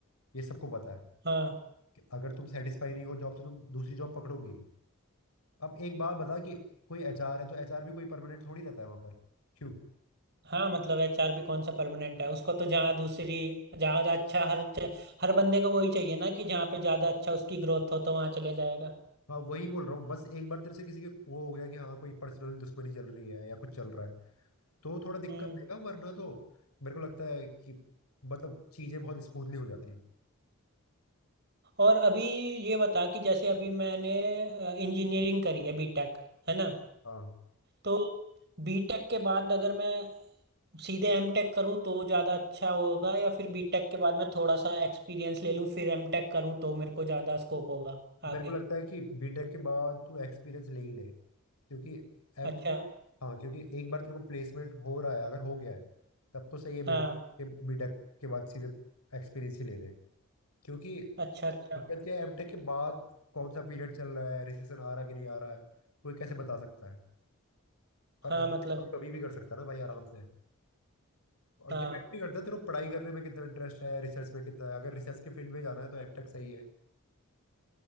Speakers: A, on the left; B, on the right.
A: ये सबको पता है
B: हाँ
A: कि अगर तुम सेटिस्फाई नहीं हो जॉब से तुम दूसरी जॉब पकड़ोगे ही अब एक बात बता कि कोई एचआर है तो एचआर भी कोई परमानेंट थोड़ी रहता है वहां पर क्यों
B: हाँ मतलब एचआर भी कौन सा परमानेंट है उसको तो जहाँ दूसरी ज़्यादा अच्छा हर हर बंदे को वही चाहिए ना कि जहाँ पे ज़्यादा अच्छा उसकी ग्रोथ हो तो वहाँ चले जाएगा
A: हाँ वही बोल रहा हूँ बस एक बार तेरे से किसी के वो हो गया कि हाँ कोई पर्सनल दुश्मनी चल रही है या कुछ चल रहा है तो थोड़ा दिक्कत
B: हम्म
A: देगा वरना तो मेरे को लगता है कि मतलब चीजें बहुत स्मूथली हो जाती है
B: और अभी ये बता कि जैसे अभी मैंने इंजीनियरिंग करी है बीटेक है ना
A: हाँ
B: तो बीटेक के बाद अगर मैं सीधे एमटेक करूं तो ज़्यादा अच्छा होगा या फिर बीटेक के बाद मैं थोड़ा सा एक्सपीरियंस ले लूं फिर एमटेक करूं तो मेरे को ज़्यादा स्कोप होगा आगे
A: मेरे को लगता है कि बीटेक के बाद तू एक्सपीरियंस ले ही ले क्योंकि एमटेक
B: अच्छा
A: हाँ क्योंकि एक बार तेरे को प्लेसमेंट हो रहा है अगर हो गया है तब तो सही है बीटेक
B: हाँ
A: के बीटेक के बाद सीधे एक्सपीरियंस ही ले ले क्योंकि
B: अच्छा अच्छा
A: दिक्कत क्या है एमटेक के बाद कौन सा पीरियड चल रहा है रिसेशन आ रहा है कि नहीं आ रहा है कोई कैसे बता सकता है और
B: हाँ
A: एमटेक
B: मतलब
A: तो कभी भी कर सकता है ना भाई आराम से और
B: हाँ
A: डिपेंड भी करता है तेरे को पढ़ाई करने में कितना इंटरेस्ट है रिसर्च में कितना है अगर रिसर्च के फील्ड में जाना है तो एमटेक सही है